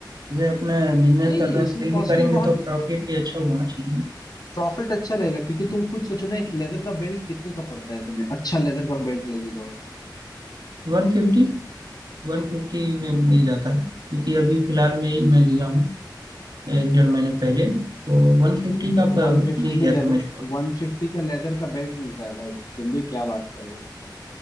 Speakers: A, on the right; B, on the left.
A: जैसे अपना बिजनेस
B: नहीं
A: कर
B: नहीं
A: रहे
B: इसमें
A: हैं सेल
B: कॉस्टिंग
A: भी करेंगे
B: बहुत
A: तो प्रॉफिट भी अच्छा होना चाहिए ना
B: प्रॉफिट अच्छा रहेगा क्योंकि तुम खुद सोचो ना एक लेदर का बेल्ट कितने का पड़ता है तुम्हें अच्छा लेदर का बेल्ट लेने जाओ
A: One fifty वन फिफ्टी में मिल जाता है क्योंकि अभी फिलहाल में ही मैं लिया हूँ एक डेढ़ महीने पहले तो वन फिफ्टी का प-
B: वन फिफ्टी
A: मिल गया
B: में लेदर
A: था मेरे को
B: वन फिफ्टी का लेदर का बेल्ट मिलता है भाई तुम भी क्या बात कर रहे हो